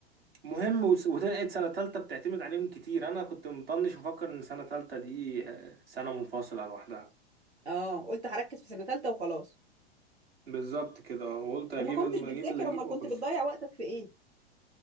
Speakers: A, on the right (about 60°); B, on the right (about 90°).
A: مهم وس- وطلعت سنة تالتة بتعتمد عليهم كتير أنا كنت مطنش مفكر إن سنة تالتة دي آه، سنة منفصلة لوحدها
B: اه قلت هركز في سنة تالتة وخلاص
A: بالظبط كده وقلت أجيب
B: طب ما كنتش
A: الم-
B: بتذاكر
A: أجيب اللي أجيبه
B: امال
A: وأخش
B: كنت بتضيع وقتك في ايه